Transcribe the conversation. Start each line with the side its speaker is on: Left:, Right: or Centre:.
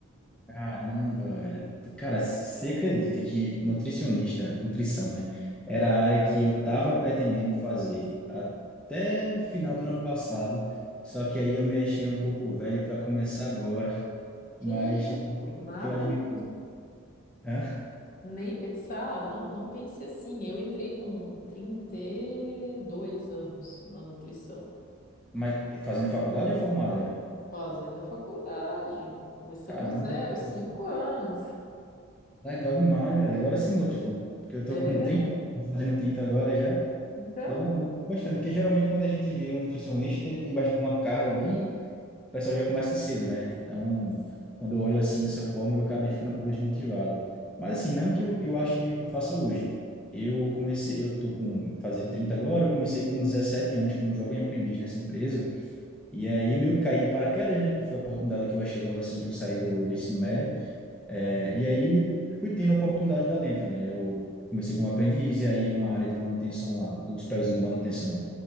Centre: Caramba, velho. Cara, você acredita que nutricionista, nutrição, né? Era a área que eu tava pretendendo fazer até o final do ano passado. Só que aí eu me achei um pouco velho para começar agora,
Left: Que
Centre: mas
Left: isso? Nada
Centre: que eu admiro.
Left: disso.
Centre: Hã?
Left: Nem pensar, não, não pense assim. Eu entrei com 32 anos na nutrição,
Centre: Mas fazendo faculdade ou formada já?
Left: fazendo a faculdade, começando
Centre: Caramba,
Left: do zero,
Centre: velho.
Left: cinco anos.
Centre: legal demais, velho. Agora se motivou. Porque eu tô
Left: É,
Centre: com 30, fazendo 30 agora já.
Left: então.
Centre: Então, bastante. Porque geralmente quando a gente vê um nutricionista, ele tem bastante uma carga bem o pessoal já começa de cedo, né? Então, quando eu olho assim dessa forma, eu acabei ficando um pouco desmotivado. Mas assim, não que eu, eu ache ruim o que eu faça hoje. Eu comecei, eu tô com fazer 30 agora, eu comecei com 17 anos como jovem aprendiz nessa empresa. E aí meio que caí de paraquedas, né? Porque foi a oportunidade que eu achei logo assim que eu saí do, do ensino médio. É, e aí fui tendo oportunidade lá dentro, né? Eu comecei como aprendiz e aí uma área de manutenção lá, o supervisor de manutenção